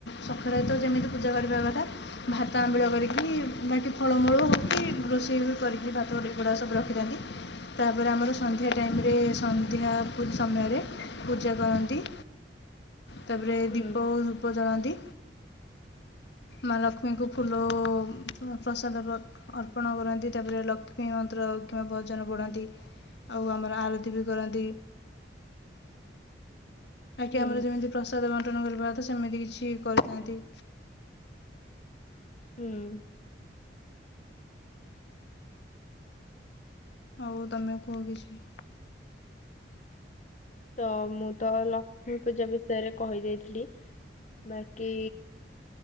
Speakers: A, on the left (about 70°); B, on the left (about 40°).
A: ସକାଳେ ତ ଯେମିତି ପୂଜା କରିବା କଥା। ଭାତ ଆମ୍ବିଳ କରିକି ବାକି ଫଳମୂଳ ହେଉକି ରୋଷେଇ କରିକି ଭାତ ଗୋ ଏଗୁଡ଼ା ସବୁ ରଖିଥାନ୍ତି। ତାପରେ ଆମର ସନ୍ଧ୍ୟା ଟାଇମରେ, ସନ୍ଧ୍ୟା ସମୟରେ ପୂଜା କରନ୍ତି।
B: <inaudible>
A: ତାପରେ
B: ହୁଁ
A: ଦୀପ ଉପଜଳନ୍ତି, ମାଲକ୍ଷ୍ମୀଙ୍କୁ ଫୁଲ ପ୍ରସାଦ ଅର୍ପଣ କରନ୍ତି, ତାପରେ ଲକ୍ଷ୍ମୀ ମନ୍ତ୍ର କିମ୍ବା ଭଜନ ପଢ଼ାନ୍ତି। ଆଉ ଆମର ଆରତ ବି କରନ୍ତି। ବାକି
B: ହୁଁ
A: ଆମର ଯେମିତି ପ୍ରସାଦ ବଣ୍ଟନ କରିବା ତ ସେମିତି କିଛି କରିଥାନ୍ତି।
B: ହୁଁ ଉଁ
A: ହଉ ତମେ କୁହ କିଛି?
B: ତ ମୁଁ ତ ଲକ୍ଷ୍ମୀ ପୂଜା ବିଷୟରେ କହିଦେଇଥିଲି। ବାକି